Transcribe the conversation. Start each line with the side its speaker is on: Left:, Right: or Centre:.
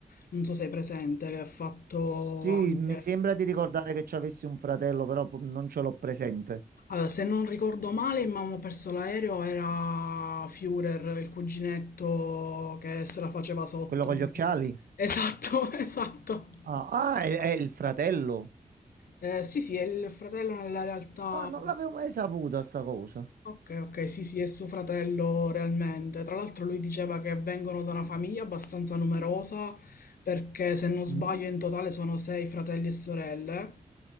Left: non so se hai presente, che ha fatto
Right: Sì,
Left: anche...
Right: mi sembra di ricordare che ci avessi un fratello, però po- non ce l'ho presente.
Left: Allora, se non ricordo male, Mamma ha perso l'aereo, era Führer, il cuginetto che se la faceva sotto.
Right: Quello con gli occhiali?
Left: Esatto, <laughs> esatto.
Right: Ah, ah, è, è il fratello.
Left: Eh, sì, sì, è il fratello nella realtà.
Right: Ah, non l'avevo mai saputa sta cosa.
Left: Ok, ok, sì, sì, è suo fratello realmente. Tra l'altro lui diceva che vengono da una famiglia abbastanza numerosa, perché se non sbaglio
Right: Mm,
Left: in totale sono sei fratelli e sorelle.